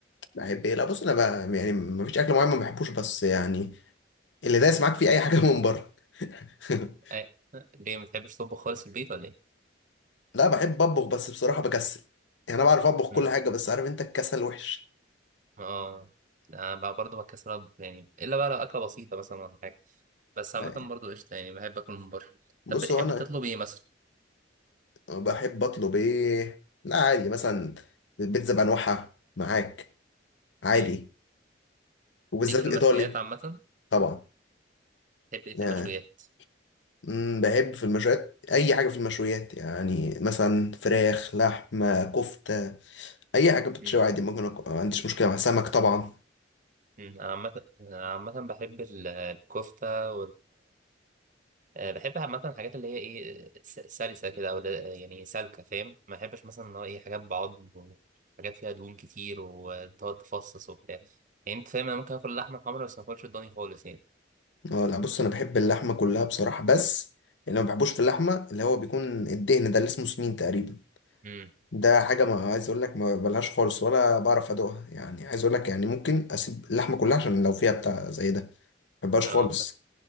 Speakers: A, on the left; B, on the right.
A: بحب ايه لا بص انا بقى يعني ما فيش اكل معين ما بحبوش بس يعني اللي دايس معاك فيه اي حاجه من بره <laughs>
B: أه. ليه ما بتحبش تطبخ خالص في البيت ولا ايه
A: لا بحب اطبخ بس بصراحه بكسل يعني انا بعرف اطبخ
B: امم
A: كل حاجه بس عارف انت الكسل وحش
B: اه انا بقى برضو بكسر اطبخ يعني الا بقى لو اكله بسيطه مثلا ولا حاجه بس عامه
A: يعني
B: برضو قشطه يعني بحب اكل من بره
A: بص
B: طب بتحب
A: هو انا
B: تطلب ايه مثلا
A: بحب اطلب ايه لا عادي مثلا البيتزا بانواعها معاك عادي
B: امم
A: وبالذات
B: ليك في
A: الايطالي
B: المشويات عامه
A: طبعا
B: بتحب ايه
A: يعني
B: في المشويات
A: مم، بحب في المشويات اي حاجه في المشويات يعني مثلا فراخ لحمه كفته اي حاجه بتشوي
B: امم
A: عادي ممكن أك- ما عنديش مشكله مع سمك طبعا
B: أمم. انا عامه أنا عامه بحب ال- الكفته آه، بحب عامة الحاجات اللي هي ايه س- سلسة كده او لا- يعني سالكة فاهم ما بحبش مثلا اللي هو ايه حاجات بعض حاجات فيها دهون كتير وتقعد تفصص وبتاع يعني انت فاهم انا ممكن اكل اللحمة الحمرا بس ما اكلش الضاني خالص يعني
A: اه لا بص انا بحب اللحمه كلها بصراحه بس اللي ما بحبوش في اللحمه اللي هو بيكون الدهن ده اللي اسمه سمين تقريبا
B: امم
A: ده حاجه ما عايز اقول لك ما بلهاش خالص ولا بعرف ادوقها يعني عايز اقول لك يعني ممكن اسيب اللحمه كلها عشان لو فيها بتاع زي ده ما بحبهاش
B: اه
A: خالص
B: بس